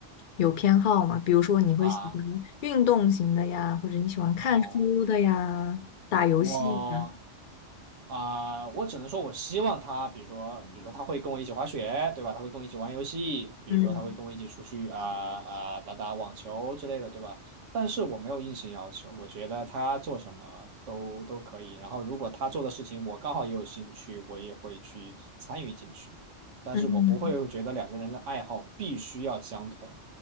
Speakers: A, on the left; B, on the right.
A: 有偏好吗？比如说你会喜欢运动型的呀，
B: 啊。
A: 或者你喜欢看书的呀，
B: 哦，
A: 打游戏的，
B: 我啊，我只能说，我希望他，比如说，比如说他会跟我一起滑雪，对吧？他会跟我一起玩游戏，比如说他会跟我一起出去啊啊打打网球之类的，
A: 嗯
B: 对吧？但是我没有硬性要求，我觉得他做什么都都可以。然后如果他做的事情我刚好也有兴趣，我也会去参与进去。但是我不会觉得两个人的爱好必须要相同，
A: 嗯